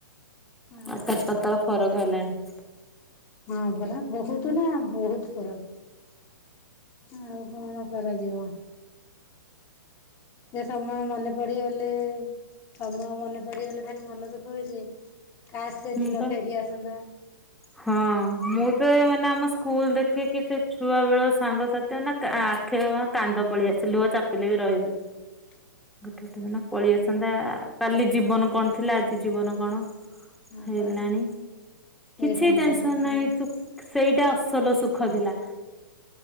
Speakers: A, on the left; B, in the centre.
A: ଆଉ
B: ଆକାସପାତଳ ଫରକ ହେଲାଣି।
A: ହଁ ପରା ବୋହୁତ
B: ହୁଁ
A: ନା ବୋହୁତ ଫରକ ଆଉ। କଣ କରାଯିବ। ସେ ସମୟ ମନେ ପଡିଗଲେ ତମ ମନେ ପଡିଗଲେ ଭାରି ମନ ଦୁଃଖ ହୁଏ ଯେ କାଶ୍ ସେଦିନ
B: ହୁଁ ପା
A: ଫେରିଆସନ୍ତା।
B: ହଁ ମୁଁ ତ ମାନେ ଆମ ସ୍କୁଲ ଦେଖେ କିି ସେ ଛୁଆ ବେଳ ସାଙ୍ଗସାଥି ତୁ ଏଇନେ ଆଖି ରୁ କାନ୍ଦ ପଳିଆସେ ଲୁହ ଚାପିଲେ ବି ରହିବନି।
A: ଫ
B: ଗୋଟେ ଗୋଟେ ଦିନ ପଳେଇଆସନ୍ତା କାଲି ଜୀବନ କଣ ଥିଲା ଆଜି ଜୀବନ କଣ
A: ହଁ
B: ହେଲାଣି।
A: ବା ସେ
B: କିଛି
A: ସାଙ୍ଗସାଥି
B: ଟେନସନ ନାହିଁ ସେଇଟା ଅସଲ ସୁଖ ଥିଲା।